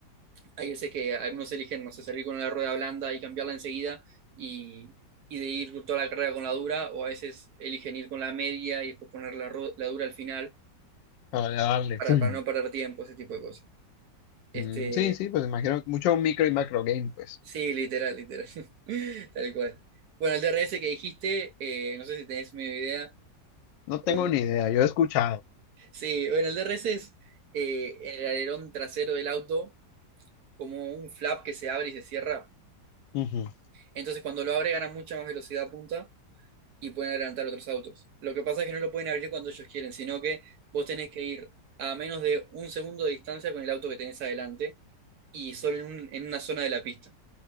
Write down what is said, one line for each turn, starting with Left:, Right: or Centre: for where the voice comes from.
Right: hay veces que algunos eligen, no sé, salir con la rueda blanda y cambiarla enseguida y, y de ir toda la carrera con la dura, o a veces eligen ir con la media y después poner la, ru- la dura al final
Left: para darle,
Right: para,
Left: ¡fum!
Right: para no perder tiempo, ese tipo de cosas. Este,
Left: Mm, sí, sí, pues imagino que mucho micro y macro game, pues.
Right: sí, literal, literal. <laughs> Tal cual. Bueno, el DRS que dijiste, eh, no sé si tenés medio idea
Left: No
Right: o
Left: tengo
Right: no.
Left: ni idea, yo he escuchado.
Right: Sí, bueno, el DRS es eh, en el alerón trasero del auto como un flap que se abre y se cierra.
Left: Ujú.
Right: Entonces cuando lo abre gana mucha más velocidad punta y pueden adelantar otros autos. Lo que pasa es que no lo pueden abrir cuando ellos quieren, sino que vos tenés que ir a menos de un segundo de distancia con el auto que tenés adelante y solo en, un- en una zona de la pista.